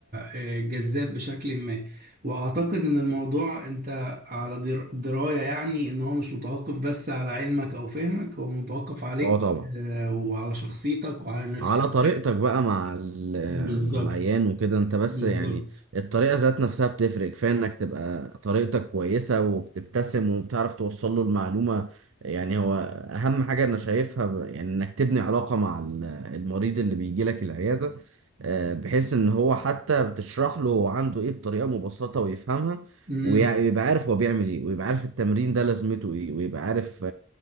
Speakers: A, on the right; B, on the right.
A: آه، جذاب بشكل ما واعتقد ان الموضوع انت على در- درايه يعني ان هو مش متوقف بس على علمك او فهمك هو متوقف عليك
B: اه طبعا
A: آه، وعلى شخصيتك وعلى نفسيتك
B: على طريقتك بقى مع ال-
A: بالظبط
B: مع العيان وكده انت بس
A: بالظبط
B: يعني الطريقة ذات نفسها بتفرق كفاية انك تبقى طريقتك كويسة وبتبتسم وبتعرف توصل له المعلومة يعني هو اهم حاجة انا شايفها ب- يعني انك تبني علاقة مع ال- المريض اللي بيجي لك العيادة آه، بحيث ان هو حتى بتشرح له هو عنده ايه بطريقة مبسطة ويفهمها
A: امم
B: ويبقى عارف هو بيعمل ايه ويبقى عارف التمرين ده لازمته ايه ويبقى عارف